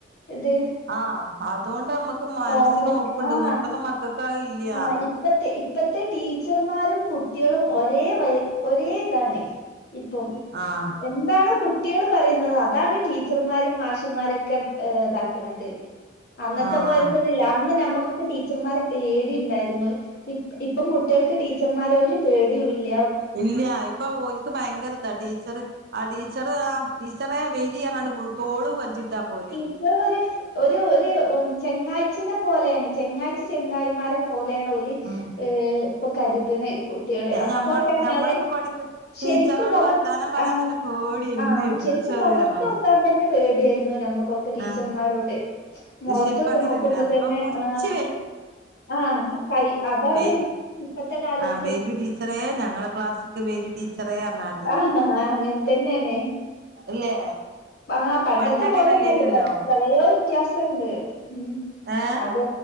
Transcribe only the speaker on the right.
ആഹ് അതുകൊണ്ട് നമ്മക്ക് മനസ്സിന്
ഒറപ്പുണ്ട്
ഇപ്പത്തെ മക്കൾക്ക് അത് ഇല്ല
ആഹ്
ആഹ്
ഇല്ല ഇപ്പൊ ഓൽക്ക് ഭയങ്കര ഇതാ ടീച്ചറ് ആ ടീച്ചർ ആ ടീച്ചറെ വരീം പറഞ്ഞാണ്ട് തോളില് കജ്ജിട്ടാ പോവല്
ഉം
ഞമ്മൾ
ഞമ്മളൊക്കെ പഠിക്ക
ടീച്ചറോട്
വർത്താനം പറയാൻ
തന്നെ പേടിയേനി
ഇമ്മേ ടീച്ചറ്
പറഞ്ഞാണ്ട്
ആഹ് പക്ഷെ
ഇപ്പ അങ്ങനെയല്ല
ഇപ്പൊ
പുടിച്ച്
ബേരി
ആ ബെരി ടീച്ചറേ ഞങ്ങളെ ക്ലാസ്സിക്ക് ബെരി ടീച്ചറേ പറഞ്ഞാ
ഇല്ലേ
പണ്ട് അങ്ങനെല്ലേനല്ലോ
ഏ